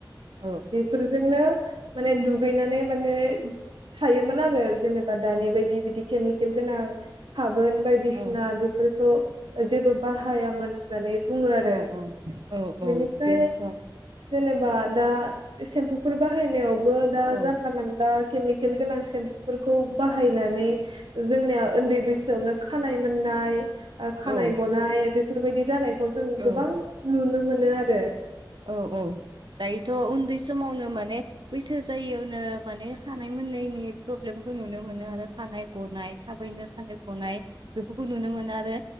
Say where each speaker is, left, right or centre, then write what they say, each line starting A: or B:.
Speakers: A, on the right; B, on the right.
A: औ
B: बेफोरजोंनो माने दुगैनानै माने थायोमोन आरो जेनेबा दानि बायदि बिदि केमिकेल गोनां साबोन बायदिसिना
A: औ
B: बेफोर खौ जेबो बाहायामोन होननानै बुङो आरो
A: औ औ औ
B: बेनिफ्राय
A: बेनोथ'
B: जेनेबा दा सेम्पुफोर बा बाहायनायावबो दा
A: औ
B: जानला मोनला केमिकेल गोनां सेम्फुफोरखौ बाहायनानै जोंनिया ओन्दै बैसोआवनो खानाय मोननाय ओ खानाय
A: औ
B: गनाय बे फोरबायदि जानाय खौ जों गोबां
A: औ
B: नुनो मोनो आरो
A: औ-औ दायोथ' उन्दै समावनो माने बैसो जायियावनो माने खानाय मोननायनि प्रब्लेमखौ नुनो मोनो आरो खानाय गनाय थाबैनो खानाय गनाय बेफोरखौ नुनो मोनो आरो